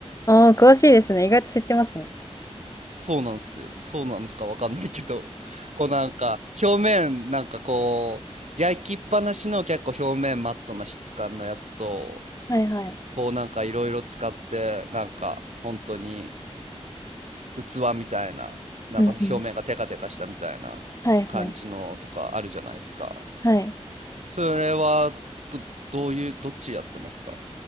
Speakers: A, on the left; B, on the right.
A: ああ、詳しいですね。意外と知ってますね。
B: そうなんですよ。そうなのかわかんないけど、<laughs> こうなんか表面なんかこう焼きっぱなしの結構表面マットな質感のやつと、
A: はいはい。
B: こうなんかいろいろ使ってなんか本当に器みたいな、なんか表面がテカテカしたみたいな感じのとかあるじゃないですか。
A: うんうん。はいはい。はい。
B: それはど、どういう、どっちやってますか